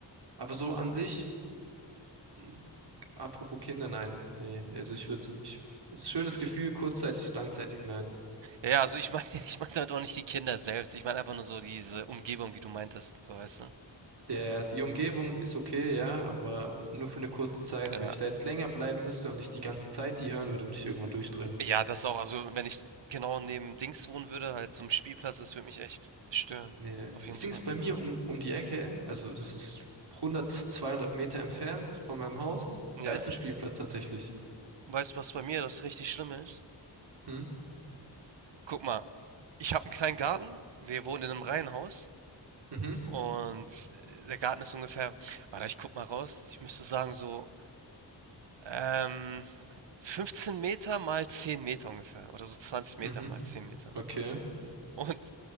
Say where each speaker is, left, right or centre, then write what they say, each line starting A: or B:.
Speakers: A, on the right (about 65°); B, on the right (about 85°).
A: Aber so an sich Hm. Apropos Kinder, nein. Nee, also ich würde, ich, es ist ein schönes Gefühl, kurzzeitig, langzeitig, nein.
B: Ja, ja, also ich meine <laughs> ich meine damit auch nicht die Kinder selbst. Ich meine einfach nur so diese Umgebung, wie du meintest, so, weißt du?
A: Der, die Umgebung ist okay, ja, aber nur für eine kurze Zeit.
B: Ja.
A: Wenn ich da jetzt länger bleiben müsste und ich die ganze Zeit die hören würde, würde ich irgendwann durchdrehen.
B: Ja, das auch. Also, wenn ich genau neben Dings wohnen würde, halt so 'n Spielplatz, das würde mich echt stören.
A: Nee.
B: Auf
A: Das
B: jeden
A: Ding
B: Fall.
A: ist bei mir um, um die Ecke, also das ist 100, 200 Meter entfernt von meinem Haus.
B: Ja.
A: Da ist ein Spielplatz tatsächlich.
B: Weißt du, was bei mir das richtig Schlimme ist?
A: Hm?
B: Guck mal, ich habe einen kleinen Garten. Wir wohnen in einem Reihenhaus
A: Mhm,
B: und, äh, der Garten ist ungefähr warte, ich gucke mal raus. Ich müsste sagen, so, ähm, 15 Meter mal 10 Meter ungefähr oder so 20 Meter
A: mhm,
B: mal 10 Meter.
A: okay.
B: Und